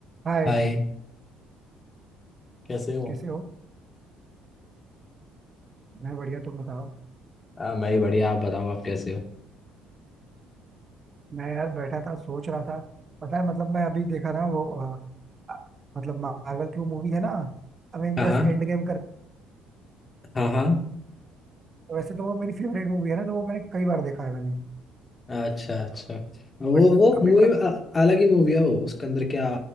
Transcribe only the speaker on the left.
हाय कैसे हो
हाँ मैं ही बढ़िया आप बताओ आप कैसे हो
हाँ हाँ
हाँ हाँ
अच्छा अच्छा वो
वो
मूवी
अलग ही मूवी है वो उसके अंदर क्या